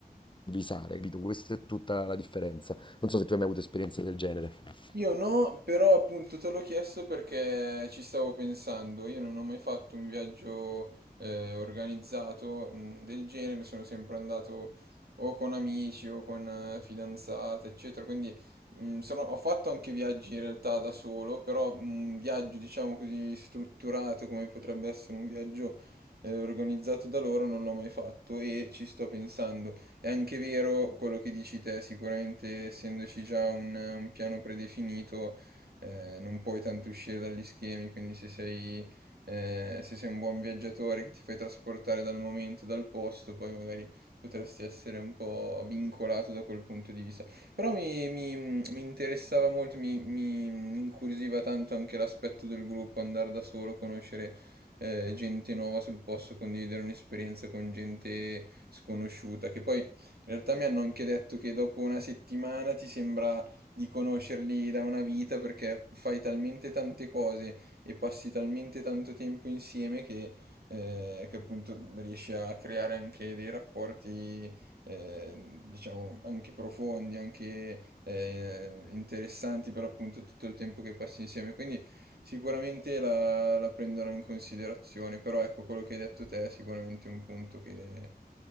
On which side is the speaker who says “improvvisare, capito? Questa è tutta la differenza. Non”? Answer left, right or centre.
Left